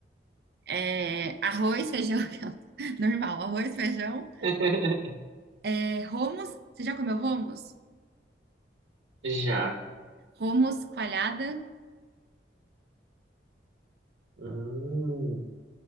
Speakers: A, on the right (about 60°); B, on the right (about 80°).
A: é, arroz, feijão, <laughs> normal, arroz, feijão.
B: <laughs>
A: É, hummus, você já comeu hummus?
B: Já.
A: Hummus, coalhada,
B: Hum,